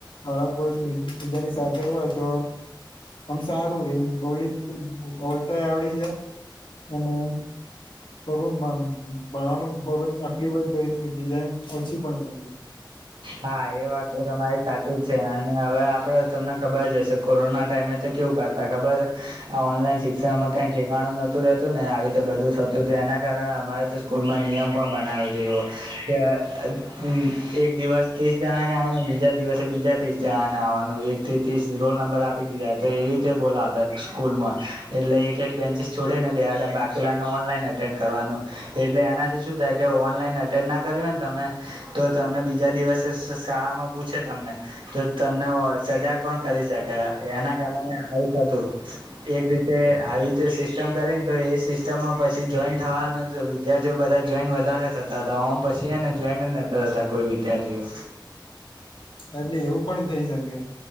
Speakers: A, on the left; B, on the right.
A: હળક કોઈ બીજાની સાથે હોય તો. આમ સારું રેલી બલતા આવડી જાય અને. ભણવામાંબ તકલીફ જ તો બીજાને ઓછી પણ.
B: હા એ વાત તો તમારી સાચી જ છે અને હવે આપડ તમને ખબર જ હશે કોરોના ટાઈમે તો કેવું. કરતા ખબર આ ઓનલાઈન શિક્ષણમાં કઈ ઠેકાણું નોતું રહેતું ને આવી રીતે બધું થતું હતું એના. કારણે અમારે તો સ્કૂલમાં નિયમ પણ બનાવ્યો છે એવો કે એક દિવસ. ત્રીસ જણા ને આવવાનું બીજા દિવસે બીજા ત્રીસ જણા ને આવવાનું એક થી ત્રીસ રોલ નંબર આપ. આપ દીધા તો એવી રીતે બોલાવતા સ્કૂલ માં એટલે એક એક બેન્ચિસ છોડીે ને બે બાકીલાને ઓનલાઈન. કરવા એટલે એનાથી શું થાય કે ઓનલાન્ ના કર્યુંને તમે- - તો તમને બીજા દિવસ. શાળામાં પૂછે તમને તો તમને સજાગ પણ કરી શકે. એના કારણે આવું હતું એક રીતે આવી. જે સિસ્ટમ કરીને તો એ સિસ્ટમમાં પછી જોઈન થવાનું તો વિદ્યાર્થીઓ બધા જોઈન વધારે થતા. તા હોમ પછીને જોઈન ને તા કોઈ વિદ્યાર્થીઓ.
A: એટલે એવું પણ થઇ શકે